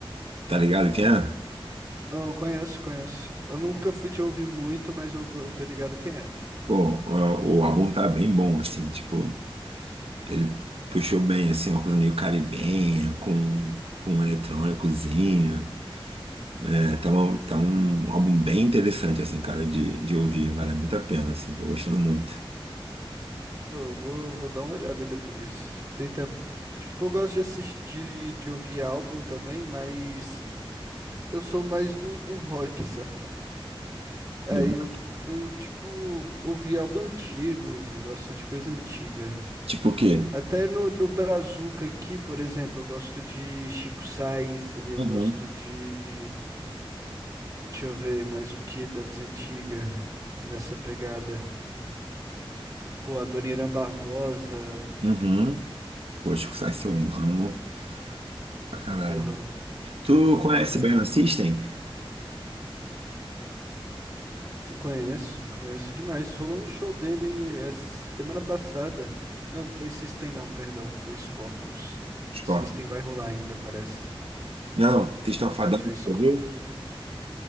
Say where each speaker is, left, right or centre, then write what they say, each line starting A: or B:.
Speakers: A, on the right; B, on the right.
A: tá ligado que é?
B: Oh, conheço, conheço. Eu nunca fui de ouvir muito, mas eu, eu tô ligado quem é.
A: Pô, o, o álbum tá bem bom, assim, tipo, ele puxou bem, assim, uma coisa meio caribenha, com, com um eletrônicozinho. É, tá, uma- tá um álbum bem interessante, assim, cara, de, de ouvir. Vale muito a pena, assim. Tô gostando muito.
B: Pô, eu vou, vou dar uma olhada depois. Tem tempo. Tipo, eu gosto de assistir, de, de ouvir álbum também, mas eu sou mais do, do rock, <laughs> sabe? Aí
A: Do-
B: eu curto, tipo, ouvir álbum antigo. Eu gosto de coisa antiga.
A: Tipo o quê?
B: Até no, no Brazuca aqui, por exemplo, eu gosto de Chico Sainz, eu
A: Uhum.
B: gosto de. Deixa eu ver mais o que das antigas nessa pegada. Pô, a Dona Irã Barbosa,
A: Uhum. Poxa, o Psy eu amo pra caralho.
B: porra, muito
A: Tu
B: bom,
A: conhece
B: velho.
A: Baiana System?
B: E Conheço, conheço demais. Rolou um show dele essa semana passada. Não, não foi System, não, perdão, foi Scorpions.
A: Tipo,
B: System vai rolar ainda, parece.
A: não, vocês estão fadando,
B: É, foi Scorpions.
A: ouviu?